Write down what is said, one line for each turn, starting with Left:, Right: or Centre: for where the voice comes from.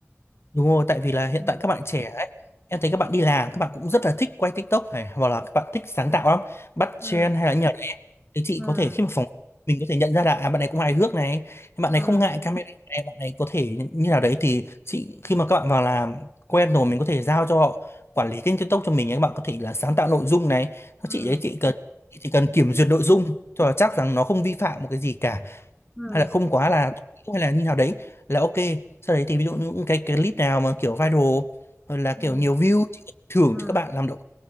Left: Đúng rồi, tại vì là hiện
Centre: Ừm,
Left: tại các bạn trẻ ấy, em thấy các bạn đi làm, các bạn cũng rất là thích quay TikTok này, hoặc là các bạn thích sáng tạo lắm, bắt trend
Centre: ừm,
Left: hay là nhờ đấy. Thì chị
Centre: ừm,
Left: có thể khi mà phỏng mình có thể nhận ra là à, bạn này cũng hài hước này, bạn
Centre: ừm,
Left: này không ngại camera này, bạn này có thể như nào đấy thì chị khi mà các bạn vào làm quen rồi mình có thể giao cho họ quản lý kênh TikTok cho mình ấy, các bạn có thể là sáng tạo nội dung này. Các
Centre: ừm,
Left: Chị đấy chị cần chị chỉ cần kiểm duyệt nội dung cho là chắc rằng nó không vi phạm một cái gì cả
Centre: ừm,
Left: hay là không quá là hay là như nào đấy là ok sau đấy thì ví dụ những cái, cái clip nào mà kiểu viral hoặc là kiểu
Centre: ừm,
Left: nhiều view thì thưởng
Centre: ừm,
Left: cho các bạn làm động